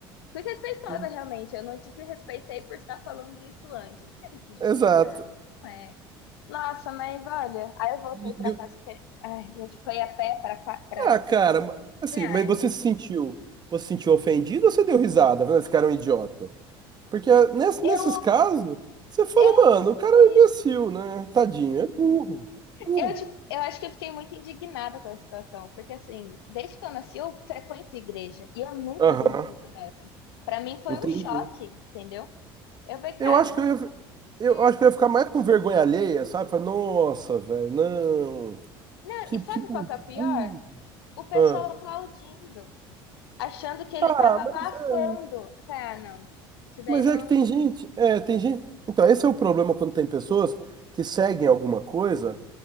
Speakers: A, on the left; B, on the right.
A: Fui respeitosa,
B: <laughs>
A: realmente. Eu não te respeitei por estar falando isso antes. Não é desse jeito,
B: Exato.
A: É. Nossa, mas olha, aí eu voltei
B: E- e-
A: pra
B: e-
A: casa porque ai, a gente foi a pé pra cá, pra
B: ah,
A: igreja.
B: cara, ma- assim,
A: É.
B: mas você se sentiu, você se sentiu ofendido ou você deu risada? Vendo, esse cara é um idiota. Porque nesse-
A: Eu,
B: nesses casos, você fala,
A: eu
B: mano,
A: não sei.
B: o cara é um imbecil, né? Tadinho, é burro, é burro.
A: Eu, tipo, eu acho que eu fiquei muito indignada com a situação, porque assim, desde que eu nasci, eu frequento igreja e eu nunca
B: Aham,
A: vi uma coisa dessa. Pra mim foi
B: entendi.
A: um choque, entendeu? Eu falei, cara,
B: Eu acho que eu ia, eu
A: hum,
B: acho que eu ia ficar mais com vergonha alheia, sabe? Falar, nossa, velho, não.
A: não,
B: Que,
A: e sabe
B: que burro.
A: qual que é o pior?
B: burro."
A: O pessoal
B: Ah,
A: aplaudindo, achando que ele
B: Ah,
A: tava
B: mas
A: abafando.
B: é,
A: Eu falei, ah, não. Isso daí
B: mas
A: não.
B: é que tem gente. É, tem gente. Então, esse é o problema quando tem pessoas que seguem alguma coisa.